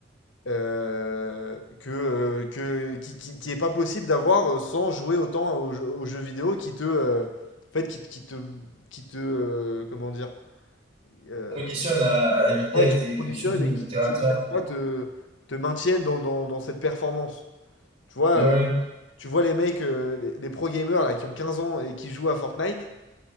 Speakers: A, on the left; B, on the right.
A: euh, que, euh, que, qui, qui, qui est pas possible d'avoir euh, sans jouer autant aux, jeux aux jeux vidéo qui te, euh, en fait, qui, te- qui te, qui te, euh, comment dire, euh,
B: conditionne à, à la vitesse
A: ouais, qui te
B: d'exécution,
A: conditionnent et qui,
B: etc.
A: qui,
B: etc.
A: à chaque fois te, te maintiennent dans, dans, dans cette performance. Tu vois,
B: Ouais,
A: euh, tu vois les mecs, euh, les, les pro gamers là, qui ont 15 ans et qui jouent à Fortnite,